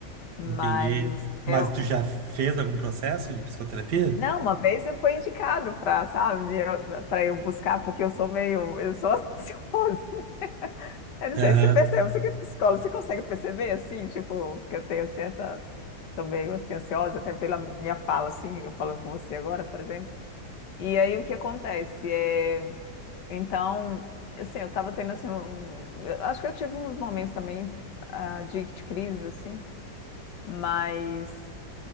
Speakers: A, on the left (about 80°); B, on the right (about 75°).
A: Mas
B: Entendi. Mas
A: eu,
B: tu já fez algum processo de psicoterapia?
A: não, uma vez eu fui indicado para, sabe, para eu buscar, porque eu sou meio, eu sou ansiosa. <laughs> Eu não
B: Aham.
A: sei se você percebe, você que é psicólogo, você consegue perceber assim, tipo, que eu tenho assim essa sou meio assim ansiosa até pela minha fala assim, eu falando com você agora, por exemplo. E aí o que acontece é, então, assim, eu tava tendo assim um, eu acho que eu tive uns momentos também ah, de, de crise assim, mas